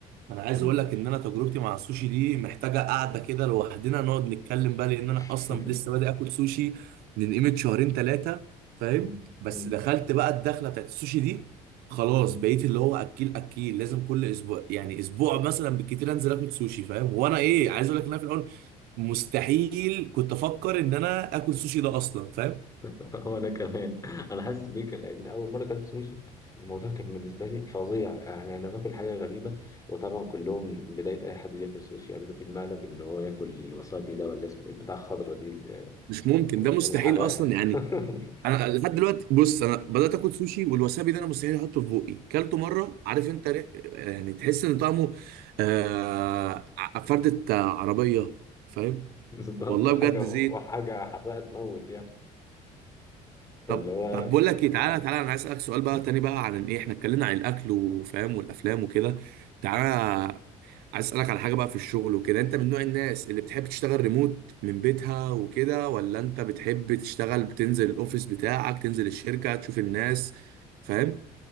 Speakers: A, on the right; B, on the left.
A: انا عايز
B: مم.
A: اقول لك ان انا تجربتي مع السوشي دي محتاجه قعده كده لوحدنا نقعد نتكلم بقى لان
B: <laughs>
A: انا اصلا لسه بادئ اكل سوشي من قيمه شهرين ثلاثه فاهم
B: مم.
A: بس
B: مم.
A: دخلت بقى الدخله بتاعت السوشي دي خلاص
B: مم.
A: بقيت اللي هو اكيل اكيل لازم كل اسبوع يعني اسبوع مثلا بالكتير انزل اكل سوشي فاهم وانا ايه عايز اقول لك ان انا في الاول مستحيل كنت افكر ان انا اكل سوشي ده اصلا فاهم
B: <laughs> وانا كمان انا حاسس بيك لان اول مره كانت سوشي الموضوع كان بالنسبه لي فظيع يعني انا باكل حاجه غريبه وطبعا كلهم بدايه اي حد بياكل سوشي يعملوا في المقلب ان هو ياكل الوسابي ده ولا اسمه إيه، بتاع الخضره دي
A: مش ممكن
B: الحراق
A: ده مستحيل اصلا يعني
B: <laughs>
A: انا لحد دلوقتي بص انا بدات اكل سوشي والوسابي ده انا مستحيل احطه في بقي كلته مره عارف انت ري- يعني تحس ان طعمه آه ع- فردة عربيه فاهم
B: بالظبط
A: والله
B: وحاجة
A: بجد
B: وحاجة
A: زين
B: حراقة تموت يعني فاللي
A: طب
B: هو
A: طب بقول لك ايه تعالى تعالى انا عايز اسالك سؤال بقى تاني بقى عن ايه احنا اتكلمنا عن الاكل وفاهم والافلام وكده تعالى عايز اسالك على حاجه بقى في الشغل وكده انت من نوع الناس اللي بتحب تشتغل ريموت من بيتها وكده ولا انت بتحب تشتغل بتنزل الاوفيس بتاعك تنزل الشركه تشوف الناس فاهم